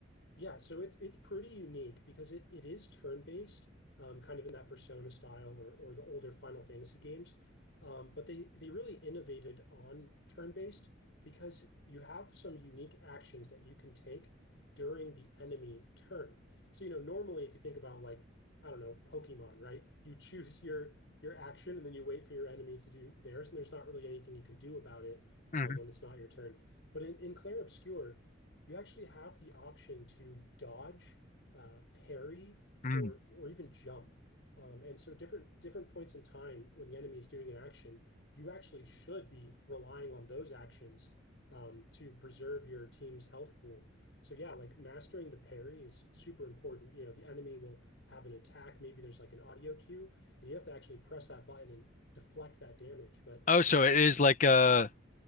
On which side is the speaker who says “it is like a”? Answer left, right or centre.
Left